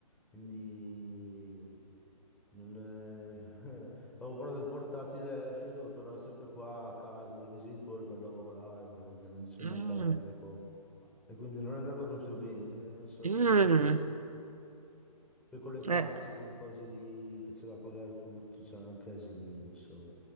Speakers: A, in the centre; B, on the right.
A: Quindi, non è... <laughs> Avevo però del portatile, alla fine devo tornare sempre qua a casa dai miei genitori per lavorare, perché non si
B: Mm,
A: mi mancavano
B: mm,
A: delle cose. E quindi non è andata proprio bene, eh, non so,
B: mm,
A: devo pensare. Poi con le tasse,
B: eh.
A: con le cose lì che c'è da pagare tutto, c'è un casino, non so.